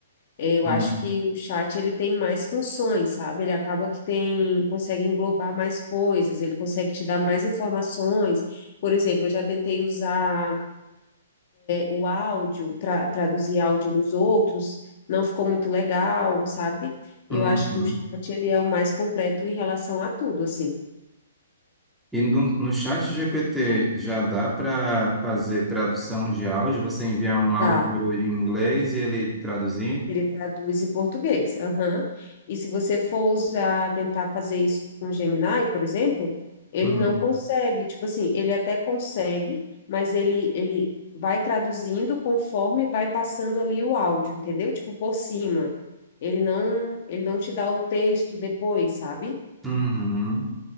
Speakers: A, on the left; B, in the centre.
A: eu
B: Uhum.
A: acho que o chat ele tem mais funções, sabe? Ele acaba que tem, consegue englobar mais coisas, ele consegue te dar mais informações. Por exemplo, eu já tentei usar o áudio, tra traduzir áudio nos outros, não ficou muito legal, sabe? Eu
B: Uhum.
A: acho que o chat ele é o mais completo em relação a tudo, assim.
B: E no, no chat GPT já dá para fazer tradução de áudio? Você enviar um áudio
A: Dá.
B: em inglês e ele traduzir?
A: Ele traduz em português. aham. E se você for usar, tentar fazer isso com o Gemini, por exemplo, ele
B: Uhum.
A: não consegue. Tipo assim, ele até consegue, mas ele, ele vai traduzindo conforme vai passando ali o áudio, entendeu? Tipo, por cima. Ele não, ele não te dá o texto depois, sabe?
B: Uhum.